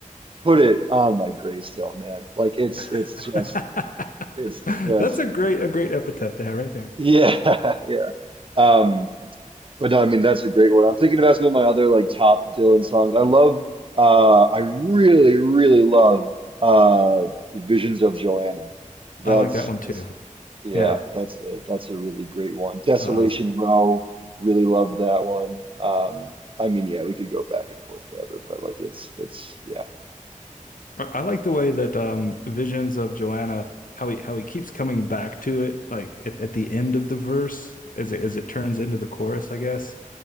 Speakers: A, on the right; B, on the left.
A: put it on my gravestone, man. Like it's
B: <laughs>
A: it's just it's just
B: That's a great a great epithet to have right there.
A: yeah, <laughs> yeah. Um, but no, I mean that's a great one. I'm thinking about some of my other like top Dylan songs. I love uh I really, really love uh Visions of Joanna. That's
B: I like that one too.
A: that's Yeah,
B: Yeah.
A: that's a that's a really great one. Desolation
B: Uh,
A: Row, really love that one. Um, I mean, yeah, we could go back and forth forever, but like it's it's yeah.
B: I like the way that um, visions of Joanna how he how he keeps coming back to it like at, at the end of the verse as it as it turns into the chorus, I guess.